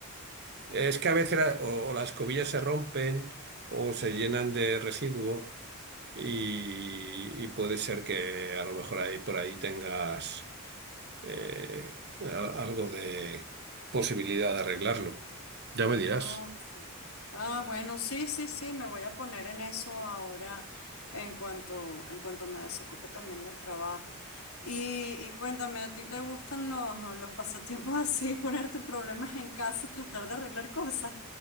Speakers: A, on the right; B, on the left.
A: Es que a veces la- o, o las cobillas se rompen o se llenan de residuo y, y puede ser que a lo mejor ahí por ahí tengas eh, a- algo de posibilidad de arreglarlo. Ya me dirás.
B: Ok. Ah, bueno, sí, sí, sí, me voy a poner en eso ahora en cuanto, en cuanto me desocupe también del trabajo. Y, y cuéntame, ¿a ti te gustan los, los pasatiempos <laughs> así, ponerte problemas en casa, tratar de arreglar cosas?